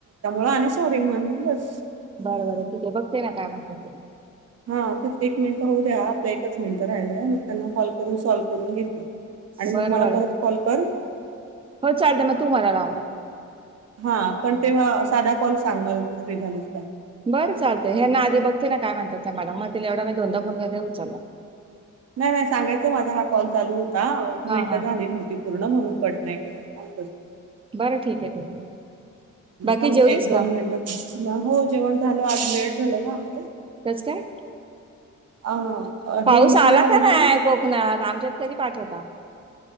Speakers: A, on the right; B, on the right.
A: आ सॉे मन बस
B: बरबर आहे ठीके आहे बघते ना काय मात तला
A: हा तेच एक मिनट पाहू द्या आप एककाच मिनटर राहिलाय मग त्यांना कॉल करून सॉल्व करून घेते आणि
B: बरं
A: मग मला
B: बरं
A: परत कॉल कर
B: हो चालते मग तू मला लाव मग
A: हा पण ते म साधा कॉल सांग मला तू फ्री झालीस का
B: बरं चालत हे ना आधी बघते ना काय म्हणतात त्या मॅडम मग तिला एवढा मी दोनदा फोन घेऊचाल
A: नाही नाही सांगायचं माझा हा कॉल चालू होता ह मिनटं
B: हां हां
A: झाली नव्हती पूर्ण म्हणून कट नाहीई केलं सांगत
B: बरं ठीक आहे ठीक आहे बाकी
A: ह
B: जेवलीस
A: एक दोन
B: का
A: मिनट हो जेवण झालं आठ मिट झालं ग आमचं
B: नमस्कार
A: अ, अ,
B: पाऊस
A: हे उशिरा
B: आला
A: आले
B: का नाही
A: ना,
B: कोकणात आमच्या कधी पाठवता